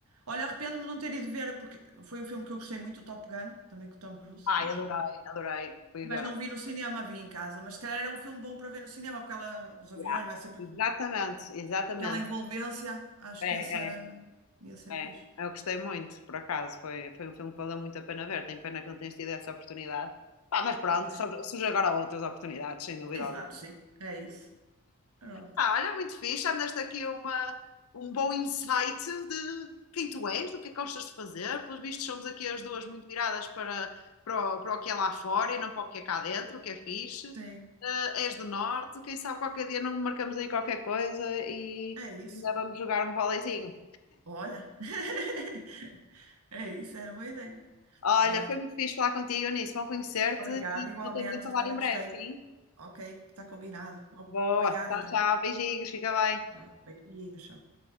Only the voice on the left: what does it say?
Ai,
adorei, adorei. Fui
ver.
Yeah.
Exatamente,
exatamente.
É,
é,
é.
Eu gostei muito, por acaso. Foi, foi um filme que valeu muito a pena ver. Tenho pena que não tenhas tido essa oportunidade. Pá, mas pronto,
surge surge agora outras oportunidades, sem dúvida
alguma.
Ah, olha, muito fixe. Já me deste aqui uma, um bom insight de quem tu és, do que é que gostas de fazer. Pelos vistos, somos aqui as duas muito viradas para, para, o, para o que é lá fora e não para o que é cá dentro, o que é fixe.
Ah, és do Norte, quem sabe qualquer dia não marcamos aí qualquer coisa e
ainda vamos jogar um voleizinho.
Olha,
foi muito fixe falar contigo, Eunice. Bom conhecer-te
e
voltamos a falar
em breve,
sim?
Boa.
Tchau,
tchau. Beijinhos. Fica bem.